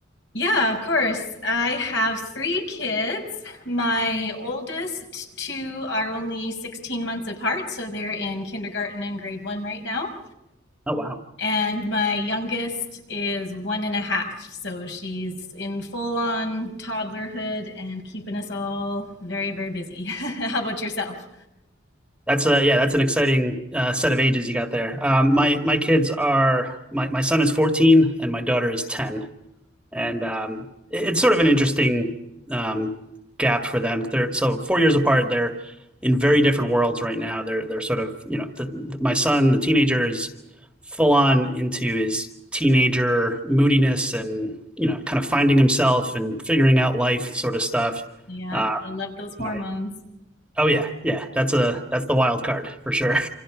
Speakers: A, on the left; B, in the centre.
A: Yeah, of course. I have three kids. My oldest two are only 16 months apart, so they're in kindergarten and grade one right now.
B: Oh, wow.
A: And my youngest is one and a half, so she's in full on toddlerhood and keeping us all very, very busy. <laughs> How about yourself?
B: That's a yeah, that's an exciting uh, set of ages you got there. Um, my my kids are my my son is 14 and my daughter is 10. and um, it- it's sort of an interesting um, gap for them. They're so four years apart. They're in very different worlds right now. They're they're sort of you know the, the- my son, the teenager, is full on into his teenager moodiness and you know kind of finding himself and figuring out life sort of stuff.
A: Yeah,
B: Uh,
A: gotta love those hormones.
B: my oh yeah yeah that's a that's the wild card for sure. <laughs>